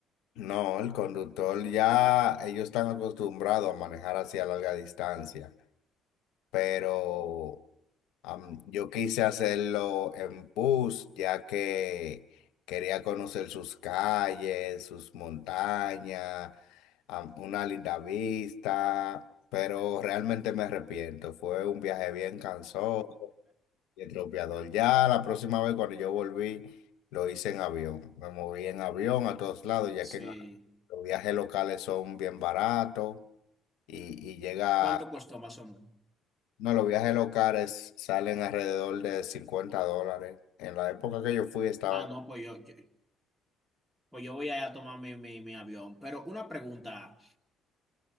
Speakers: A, on the left (about 85°); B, in the centre.
A: No, el conductor ya, ellos están acostumbrados a manejar hacia larga distancia, pero Am, yo quise hacerlo en bus, ya que quería conocer sus calles, sus montañas, am, una linda vista, pero realmente me arrepiento. Fue un viaje bien cansón y atropellador. Ya la próxima vez cuando yo volví, lo hice en avión. Me moví en avión a todos lados, ya
B: Sí.
A: que en- los viajes locales son bien baratos y, y llega
B: ¿Cuánto costó más o menos?
A: no, los viajes locales salen alrededor de 50 dólares. En la época que yo fui estaban...
B: Ah, no, pues yo, yo- pues yo voy a a tomar mi, mi, mi avión. Pero una pregunta.